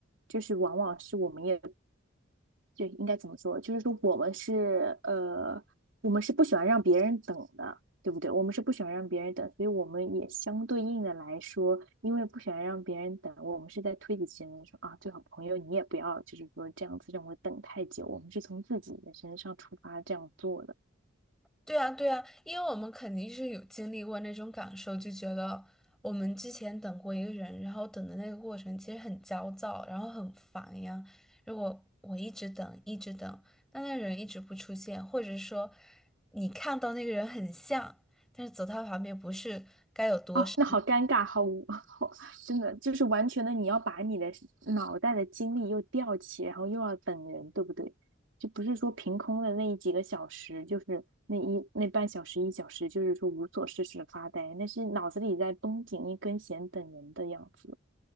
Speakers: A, on the right; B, in the centre.
A: 就是往往是我们也。就应该怎么说？就是说我们是呃，我们是不喜欢让别人等的，对不对？我们是不喜欢让别人等，所以我们也相对应的来说，因为不喜欢让别人等，我们是在推己及人说啊，最好朋友你也不要就是说这样子让我等太久，我们是从自己的身上出发这样做的。
B: 对啊，对啊，因为我们肯定是有经历过那种感受，就觉得我们之前等过一个人，然后等的那个过程其实很焦躁，然后很烦呀。如果我一直等，一直等，但那人一直不出现，或者说你看到那个人很像，但是走到他旁边不是，该有多少。
A: 哦，那好尴尬，好无，<laughs> 好，真的就是完全的，你要把你的脑袋的精力又吊起，然后又要等人，对不对？就不是说凭空的那几个小时，就是那一那半小时一小时，就是说无所事事的发呆，那是脑子里在绷紧一根弦等人的样子